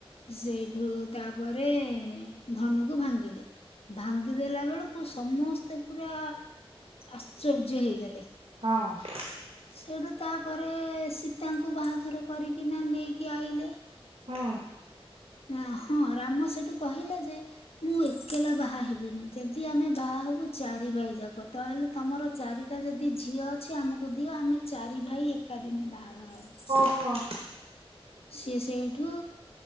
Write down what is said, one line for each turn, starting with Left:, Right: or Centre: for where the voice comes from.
Left: ସେଇଠୁ ତାପରେ ଧନୁକୁ ଭାଙ୍ଗିଲେ ଭାଙ୍ଗିଦେଲା ବେଳକୁ ସମସ୍ତେ ପୁରା ଆଶ୍ଚର୍ଯ୍ୟ ହେଇଗଲେ।
Right: ହଁ।
Left: ସେଇଠୁ ତାପରେ ସୀତାଙ୍କୁ ବାହାଘର କରିକିନା ନେଇକି ଆଇଲେ
Right: ହୁଁ।
Left: ନା ହଁ ରାମସେଠୁ କହିଲେଯେ ମୁଁ ଏକେଲା ବାହାହେବିନି ଯଦି ଆମେ ବାହାହବୁ ଚାରି ଭାଇଯାକ ତାହେଲେ ତମର ଚାରିଟା ଯଦି ଝିଅ ଅଛି ଆମକୁ ଦିଅ ଆମେ ଚାରି ଭାଇ ଏକାଦିନେ ବାହାଘର ହବ।
Right: ହଁ।
Left: ସିଏ ସେଇଠୁ